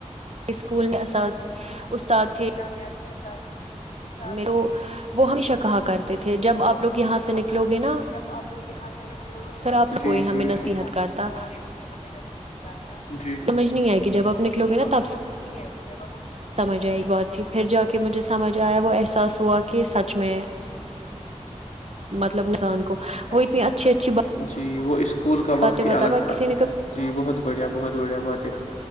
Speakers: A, on the right; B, on the left.
A: اسکول میں اس استاد تھے
B: اسلامیہتا استاد
A: تو
B: کے م
A: وہ
B: اسلامت
A: ہمیشہ کہا
B: تھے
A: کرتے
B: تو
A: تھے جب آپ
B: وہ
A: لوگ
B: ہمیشہ
A: یہاں
B: کہا
A: سے نکلو
B: کرتے
A: گے نا
B: تھے جب آپ لوگ یہاں سے نکلو گے
A: پھر
B: نا
A: آپ لوگ کوئی ہمیں
B: نیحت
A: نصیحت کرتا
B: کاتا ج
A: سمجھ نہیں آئے
B: لیکن
A: گی جب آپ نکلو
B: یہ چیز
A: گے نا
B: ابھی
A: تب
B: سمج نہیں آئے گی جب
A: سمجھ آئے ب تھی پھر جا کے مجھے سمجھ آیا وہ احساس ہوا کہ سچ میں مطلب انسان کو وہ اتنی
B: کی ضرورت
A: اچھی اچھی
B: جی وہ اسکول کا وقت
A: باتیں
B: ہی
A: بتا
B: الگ تھا
A: کسی
B: جی بہت بڑھیا بہت بڑھیا بات ہے